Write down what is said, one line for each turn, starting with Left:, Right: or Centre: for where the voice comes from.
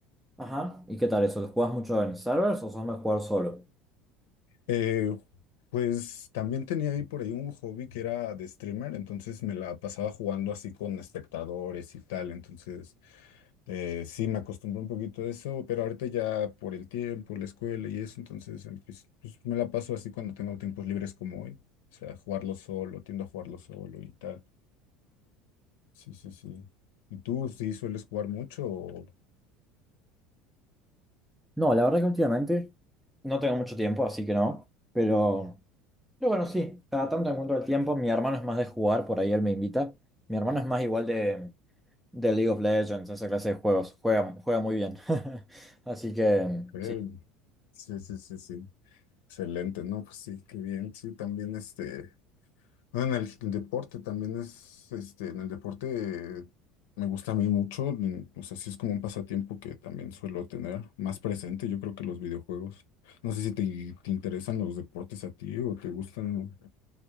Centre: Ajá. ¿Y qué tal eso? ¿Te ¿Juegas mucho en servers o sos más jugar solo?
Left: Eh, pues también tenía ahí por ahí un hobby que era de streamer, entonces me la pasaba jugando así con espectadores y tal, entonces... Eh, sí, me acostumbré un poquito a eso, pero ahorita ya por el tiempo, la escuela y eso, entonces empiezo- pues, pues, me la paso así cuando tengo tiempos libres como hoy. O sea, jugarlo solo, tiendo a jugarlo solo y tal. Sí, sí, sí. ¿Y tú sí sueles jugar mucho? o
Centre: No, la verdad que últimamente no tengo mucho tiempo, así que no. Pero, pero bueno, sí, cada tanto encuentro el tiempo. Mi hermano es más de jugar, por ahí él me invita. Mi hermano es más igual de, de League of Legends, esa clase de juegos. Juega, juega muy bien. <laughs> Así que,
Left: qué?
Centre: sí.
Left: Sí, sí, sí, sí. Excelente, ¿no? Pues sí, qué bien. Sí, también este. Bueno, en el, el deporte también es, este, en el deporte eh, me gusta a mí mucho, mm, o sea, sí es como un pasatiempo que también suelo tener más presente, yo creo que los videojuegos. No sé si te, te interesan los deportes a ti o te gustan